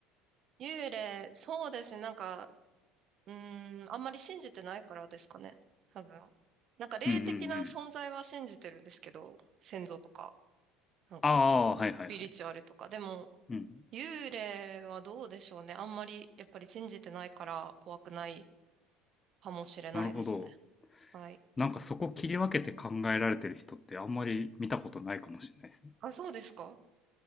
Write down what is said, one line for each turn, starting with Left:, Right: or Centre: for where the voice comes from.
Right: 幽霊、そうですね。なんか、うーん、あんまり信じてないからですかね。多分。なんか霊的な存在は信じてるんですけど、
Left: うんうんうん。
Right: 先祖とか、なんか、
Left: ああ、はいはいはい。
Right: スピリチュアルとか。でも、
Left: うん。
Right: 幽霊はどうでしょうね。あんまり、やっぱり信じてないから怖くないかもしれないですね。
Left: なるほど。
Right: はい。
Left: なんかそこ切り分けて考えられてる人ってあんまり見たことないかもしれないですね。
Right: あ、そうですか